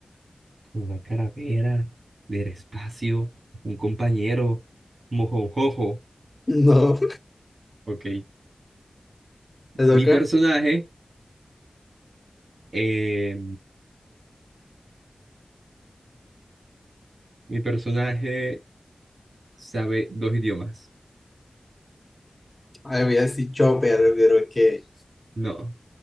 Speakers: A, on the right (about 80°); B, on the left (about 35°).
A: Una caravera del espacio, un compañero, mojojojo.
B: No,
A: Ok.
B: ¿te toca?
A: Mi personaje, eh, mi personaje sabe dos idiomas.
B: Ay, voy a decir Chopper, pero es que...
A: No.